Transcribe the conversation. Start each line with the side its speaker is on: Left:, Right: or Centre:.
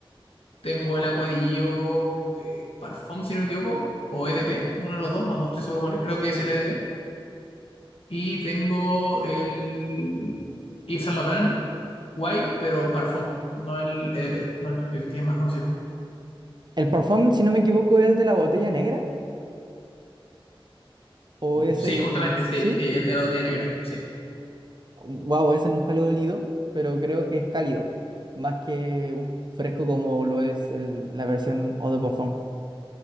Left: Tengo el Aqua di Gio, eh, Parfum, si no me equivoco. O EDP, uno de los dos, no, no estoy seguro cuál es. Creo que es el EDP. Y tengo el Yves Saint Laurent White, pero Parfum, no el EDP, no el, el que es más conocido.
Right: El perfume, si no me equivoco, es el de la botella negra o es
Left: Sí,
Right: el...
Left: justamente, sí,
Right: ¿Sí?
Left: sí, el de la botella negra. Sí.
Right: Wow, ese nunca lo he olido, pero creo que es cálido, más que un fresco como lo es el- la versión Eau de Parfum.